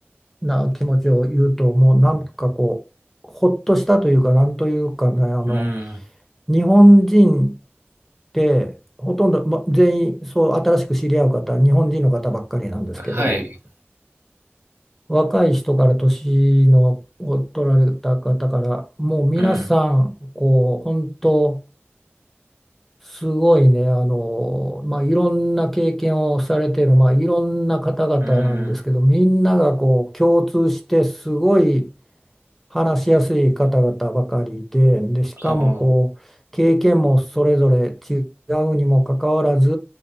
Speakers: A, in the centre; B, on the right (about 70°).
A: な気持ちを言うと、もうなんかこう、ほっとしたというか、なんというかね、あの、
B: うん。
A: 日本人ってほとんど、ま、全員、そう、新しく知り合う方、日本人の方ばっかりなんですけど、
B: はい。
A: 若い人から年のを取られた方から、もう皆さん、
B: うん。
A: こう、本当、すごいね、あの、まあ、いろんな経験をされている、まあ、いろんな方々なんですけど、
B: うん。
A: みんながこう共通してすごい話しやすい方々ばかりで、で、しかもこう、
B: あ
A: 経験もそれぞれ違うにもかかわらず、